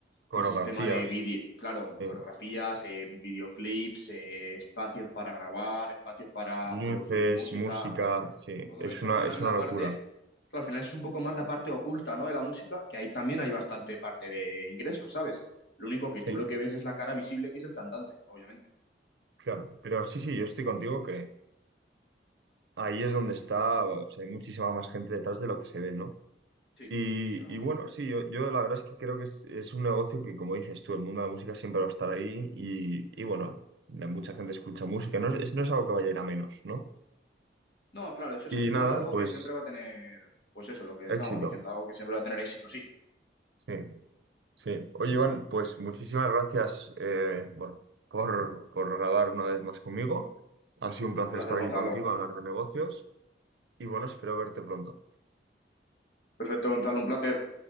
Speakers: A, on the right; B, on the left.
A: Coreografías,
B: el sistema de vídeo, claro,
A: sí.
B: coreografías, eh, videoclips, eh, espacios para grabar, espacios para
A: Luces,
B: producir música,
A: música,
B: claro,
A: sí.
B: todo
A: Es
B: eso
A: una,
B: al final
A: es
B: es
A: una
B: la
A: locura.
B: parte, claro, al final es un poco más la parte oculta, ¿no? De la música, que ahí también hay bastante parte de ingresos, ¿sabes? Lo único que
A: Sí,
B: tú lo que ves es la cara visible que es el cantante, obviamente.
A: claro. Pero sí, sí, yo estoy contigo que ahí es donde está, o sea, hay muchísima más gente detrás de lo que se ve, ¿no?
B: Sí,
A: Y,
B: muchísima más
A: y bueno,
B: gente.
A: sí, yo, yo la verdad es que creo que es, es un negocio que, como dices tú, el mundo de la música siempre va a estar ahí y, y bueno, la- mucha gente escucha música, no es, es- no es algo que vaya a ir a menos, ¿no?
B: No, claro, eso es
A: Y
B: al final
A: nada,
B: algo
A: pues
B: que siempre va a tener, pues eso, lo que estábamos
A: éxito.
B: diciendo, algo que siempre va a tener éxito, sí.
A: Sí. Sí, oye Iván, pues muchísimas gracias eh, bueno, por, por grabar una vez más conmigo. Ha sido un placer
B: placer,
A: estar
B: Gonzalo.
A: aquí contigo, hablar de negocios y bueno, espero verte pronto.
B: Perfecto, Gonzalo, un placer.